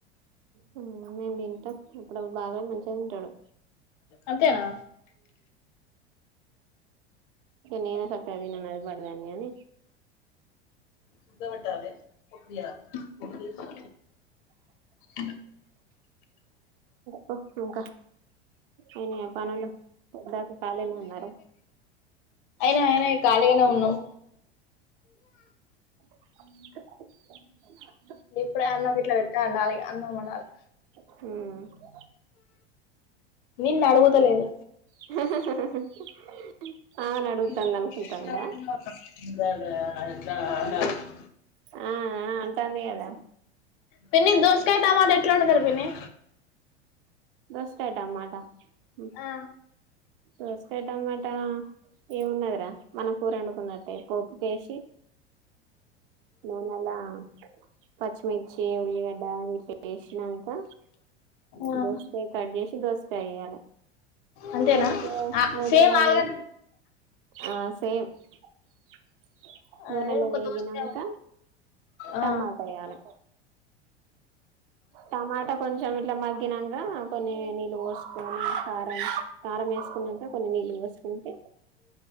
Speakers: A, on the right; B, on the left.
A: హు నీన్ తింటా ఇప్పుడు బాబాయ్ మంచిగా తింటాడు.
B: అంతేనా
A: నీనే సక్కగా తిన్నను అది పడదాని గానీ
B: ముద్ధ పేట్టాలే పొట్టు దియల్ పెట్టు దీసి ఏ
A: చెప్పు ఇంకా అయినాయ పనులు పొద్ద దాకా ఖాళీనే ఉన్నారా.
B: అయినాయ్ అయినాయ్ ఖాళీగానే ఉన్నాం.
A: <inaudible>
B: ఇప్పుడే అన్నం గిట్ల పెట్ట అండాలి. ఇగ అన్నం వండాలె
A: హుహ్
B: నిన్ను అడగుతలేదు.
A: <inaudible>
B: <unintelligible>
A: అడుగుతుంది అనుకుంటాందా ఆ ఆ అంటాంది కదా
B: పిన్ని దోసకాయ టమాట ఎట్లా వండుతారు పిన్ని
A: దోసకాయ్ టమాటా ఉమ్
B: ఆ
A: దోసకాయ్ టమాటా ఏమున్నద్రా మన కూరండు ఉన్నట్టే కోకు కేసి నూనలా, పచ్చిమిర్చి, ఉల్లిగడ్డ, అన్నీ వేషినాం ఇంకా
B: ఆ
A: దోసకాయ్ కట్ చేసి దోసకాయ్ ఎయ్యాలా
B: అంతేనా
A: దోసకే
B: ఆ
A: నూనెల్లా
B: సేమ్
A: అది
B: ఆలుగడ్డ
A: ఆ సేమ్ కీయ్వువ్ నూనెలో
B: అదే ఒక
A: వేగినంక
B: దోసకాయ ఆ
A: టమాటా ఏయ్యాలే టమాటా కొంచెం ఇట్లా మగ్గినంక్ కా కొన్ని నీళ్ళు పోసుకొని కారం కారం వేసుకొనుంటే కొన్ని నీళ్ళు పోసుకుంటే